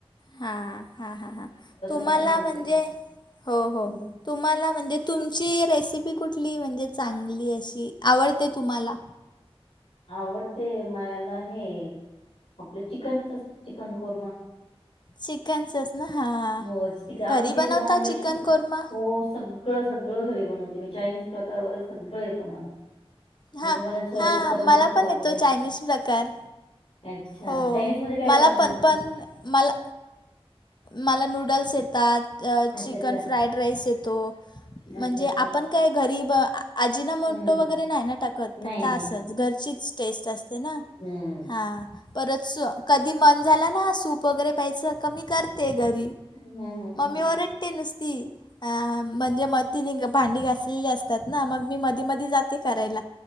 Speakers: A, on the left (about 45°); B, on the left (about 80°).
A: हां हां हां हां तुम्हाला
B: टाकून द्यायचे.
A: म्हणजे हो हो
B: हं,
A: तुम्हाला म्हणजे तुमची रेसिपी कुठली, म्हणजे चांगली अशी आवडते तुम्हाला.
B: आवडते मला हे आपलं चिकनच, चिकन कोरमा.
A: चिकनचंच ना हां
B: हो ठीक आमच्या
A: घरी बनवता
B: इथ नॉन व्हेज
A: चिकन
B: खूप
A: कोरमा
B: हो सगळं-सगळं घरी बनवते मी, चायनीज प्रकार वगैरे सगळं येतं मला. म्हणजे
A: हां
B: मला स्वयंपाक
A: हां
B: करण्याची
A: मला
B: खूप आवड
A: पण येतो
B: आहे.
A: चायनीज प्रकार.
B: अच्छा
A: हो
B: चायनीज मध्ये काय
A: मला
B: बनवलं
A: पण,
B: मग
A: पण
B: तू?
A: मला मला नूडल्स येतात,
B: अच्छा,
A: चिकन
B: अच्छा.
A: फ्राईड राईस येतो.
B: अच्छा,
A: म्हणजे
B: अच्छा.
A: आपण काय घरीब आजीना म्हतो
B: हं.
A: वगैरे नाही ना टाकत.
B: नाही,
A: फक्त असंच घरचीच टेस्ट असते ना.
B: हम्म
A: हां परत स कधी मन झाला ना सूप वगैरे प्यायचं कमी करते घरी
B: हं, हं, हं,
A: मम्मी
B: हं.
A: ओरडते नुसती अं म्हणजे म तिने भांडी घासलेली असते ना मग मी मध मध जाते करायला